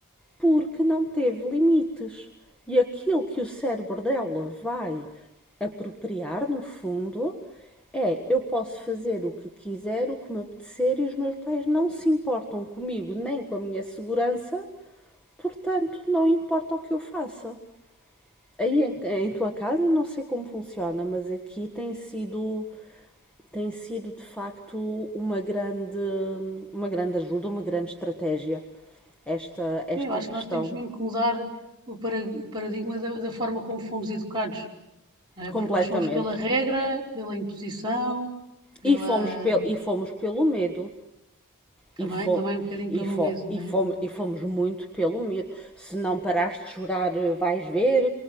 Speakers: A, in the centre; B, on the right.
A: porque não teve limites. E aquilo que o cérebro dela vai apropriar, no fundo, é eu posso fazer o que quiser, o que me apetecer e os meus pais não se importam comigo nem com a minha segurança, portanto, não importa o que eu faça. Aí em, em tua casa não sei como funciona, mas aqui tem sido tem sido de facto uma grande uma grande ajuda, uma grande estratégia esta esta
B: Sim, Eu acho
A: questão
B: que nós temos mesmo que mudar o para- paradigma da, da forma como fomos educados, não é?
A: completamente.
B: Porque nós fomos pela regra, pela imposição, pela
A: E fomos, pelo, e fomos pelo medo.
B: também,
A: E, fo
B: também um bocadinho
A: e,
B: pelo
A: fo
B: medo, não
A: e, fomos,
B: é?
A: e fomos muito pelo medo. Se não parares de chorar, eh, vais ver.